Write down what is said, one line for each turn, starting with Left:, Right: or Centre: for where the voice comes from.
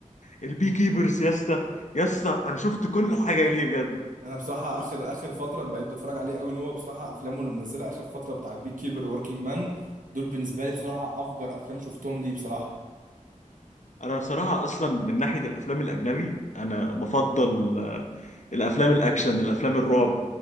Left: البي كيبرز يا اسطى يا اسطى انا شفت كل حاجه ليه بجد
Right: انا بصراحه اخر اخر فتره بقيت بتفرج عليه قوي ان هو بصراحه افلامه اللي منزلها اخر فتره بتاع بيك كيبر ووركينج مان دول بالنسبه لي بصراحه افجر افلام شفتهم ليه بصراحه
Left: انا بصراحه اصلا من ناحيه الافلام الاجنبي انا بفضل آه، الافلام الاكشن الافلام الرعب